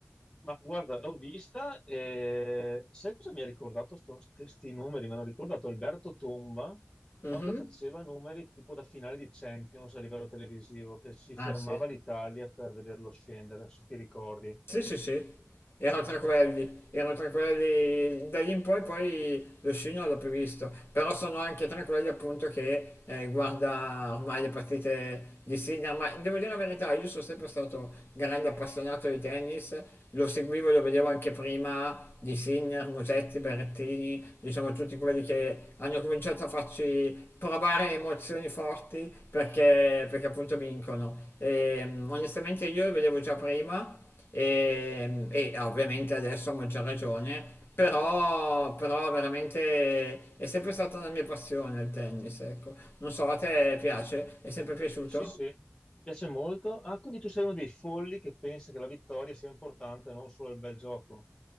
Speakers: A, on the left; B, on the left.
A: ma guarda, l'ho vista e sai cosa mi ha ricordato sto- questi numeri? Mi hanno ricordato Alberto Tomba
B: Mhm.
A: quando faceva numeri tipo da finale di Champions a livello televisivo, che si
B: Ah
A: fermava
B: sì.
A: l'Italia per vederlo scendere, se ti ricordi.
B: Sì, sì, sì, erano tranquilli, erano tranquilli da lì in poi, poi lo sci non l'ho più visto, però sono anche tranquilli appunto che eh, guarda ormai le partite di Sinner, ma devo dire la verità, io sono sempre stato grande appassionato di tennis, lo seguivo e lo vedevo anche prima di Sinner, Musetti, Berrettini, diciamo tutti quelli che hanno cominciato a farci provare emozioni forti perché, perché appunto vincono. E, mm, onestamente io lo vedevo già prima e, e eh, ovviamente adesso a maggior ragione, però, però veramente è sempre stata la mia passione il tennis, ecco. Non so, a te piace? È sempre piaciuto?
A: Sì, sì, piace molto. Ah, quindi tu sei uno dei folli che pensa che la vittoria sia importante, non solo il bel gioco.